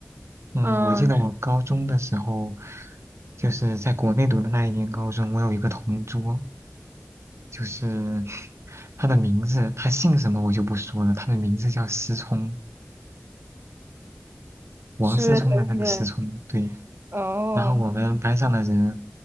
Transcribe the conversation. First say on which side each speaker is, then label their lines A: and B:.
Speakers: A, on the right; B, on the right.
A: 嗯，
B: 嗯，
A: 我记得我高中的时候，就是在国内读的那一年高中，我有一个同桌，就是 <laughs> 他的名字，他姓什么我就不说了，他的名字叫思聪，王思聪的那个思聪，
B: 是很远
A: 对。
B: 哦。
A: 然后我们班上的人，